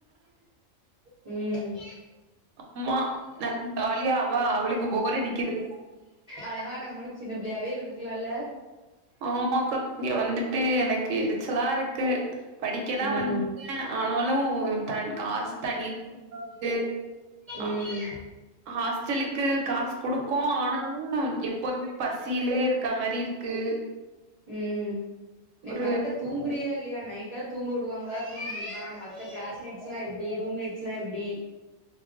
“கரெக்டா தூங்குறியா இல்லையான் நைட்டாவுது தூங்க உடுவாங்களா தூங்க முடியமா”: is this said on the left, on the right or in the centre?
Right